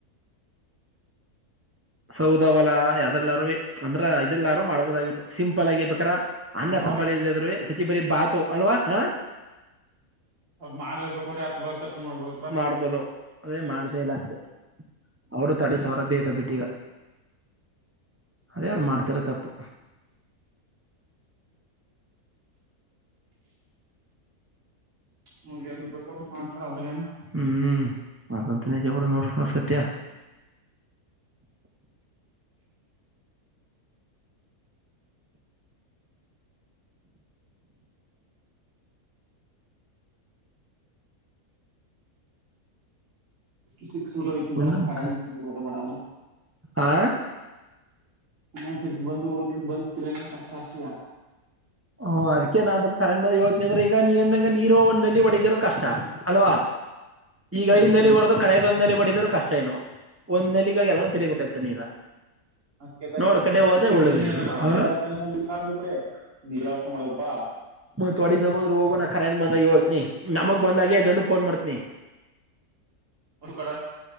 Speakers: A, on the right; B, on the right.
A: ಸೌದವಲ ಯಾವ್ದದೆಲ್ಲಾರು ಅಂದ್ರ ಇದೆಲ್ಲಾರು ಮಾಡ್ಬೋದಾಗಿತ್ತು ಸಿಂಪಲ್ ಆಗಿ ಬೇಕ್ರ ಅನ್ನ ಸಂಭಾಳದ್ರೆ
B: ಅವ್ರಿಗೆ
A: ಸಚಿ ಬರಿ ಬಾತು ಅಲ್ವಾ ಹಾ
B: ಮಾಲೆ ಬೇಕೋ್ರ ಯತ ಚರ್ಚೆ ಮಾಡ್ಬೋದು ಕೂಡ
A: ಮಾಡ್ಬೋದು ಅದೇ ಮಾಡ್ಬೇಕೇ ಇಲ್ಲ ಅಷ್ಟೇ ಅವರು ತಡತ ಅವ್ರ ಬೇಕ ಬಿಟ್ಟ ಈಗ ಅದೇ ಯಾರು ಮಾಡ್ತಾರ ತಪ್ಪು
B: ಅವರಿಗೆ ಹೆಂಗ ಬೇಕು ಅಂಗ ಮಾಡ್ತಾರ ಅವ್ರಿಗೇನು
A: ಹ್ಮ್ ಹ್ಮ್ ಅದಂತ ನಿಜ ಕ ನೋಡ ನೋಡ ಸತ
B: ಶ ಶು ರ
A: ಒಂದು
B: ತರ
A: ಮುಖ
B: ಕಾರಾವ
A: ಆ
B: ಇನ್ನಸ ಬಂದು ಊರಿನ್ ಬಂದು ತಿರ ಕಷ್ಟ ಅಷ್ಟಿದ
A: ಹಓ ಅದ್ಕ್ಕೆ ನಾ ಬ ಕರ ಮದ ಹವನಿ ಅಂದ್ರೆ ಈಗ ನೀನ್ಗ ನೀರ ಒಂದಲ್ಲಿ ಒಡದರರು ಕಷ್ಟ ಅಲ್ವಾ ಈಗ
B: ಹ್ಮ್
A: ಹಿಂದೆ
B: ಹ್ಮ್
A: ಬಡದು ಕಳೆದೊಂದ ಬಡಿದರು ಕಷ್ಟ ಏನು ಒಂದ್ ನಲಿಗಾಗಿ ಎಲ್ಲಾನು ತಿರಿಬೇಕಾಯ್ತ ನೀರ
B: ಅ ಕಿ
A: ನೋಡ್ ಕಡೆ ಹೋದ್ರೆ ಒಳ್ಳೇದು
B: ನೀ
A: ನೀರು
B: ವಡ
A: ಆ
B: ಇಡೆ ನಿ ಮಡಗಪ್ಪಾ
A: ತೋಡಿ ತಬಂದ್ರ ಹೋಗಣ ಕರೆಂಟ್ ಬಂದಾಗ ಹೋದತನಿ ನಮಗ್ ಬಂದಾಗ ಗಂಡು ಫೋನ್ ಮಾಡ್ತನಿ
B: ಅವ ಕಳ